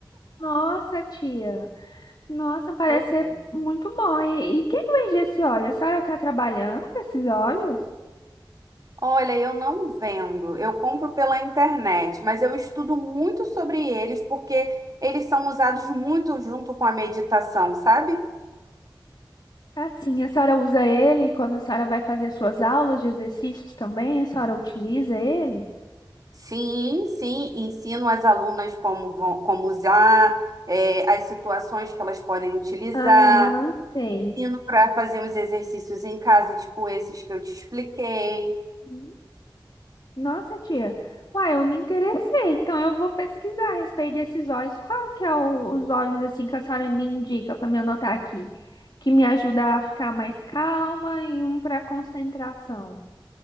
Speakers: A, on the left; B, on the right.
A: Nossa, tia. Nossa, parece
B: Pois
A: ser
B: é.
A: muito bom. E, e quem vende esse óleo? A senhora está trabalhando com esses óleos?
B: Olha, eu não vendo, eu compro pela internet, mas eu estudo muito sobre eles porque eles são usados muito junto com a meditação, sabe?
A: Assim, a senhora usa ele quando a senhora vai fazer suas aulas de exercícios também? A senhora utiliza eles?
B: Sim, sim, ensino as alunas como vão, como usar, é, as situações que elas podem utilizar,
A: Aham, sei.
B: ensino para fazer os exercícios em casa, tipo esses que eu te expliquei.
A: Hum. Nossa, tia. Uai, eu me interessei. Então eu vou pesquisar a respeito desses óleos. Qual que é o- os óleos assim que a senhora me indica para me anotar aqui? Que me ajuda a ficar mais calma e um para concentração.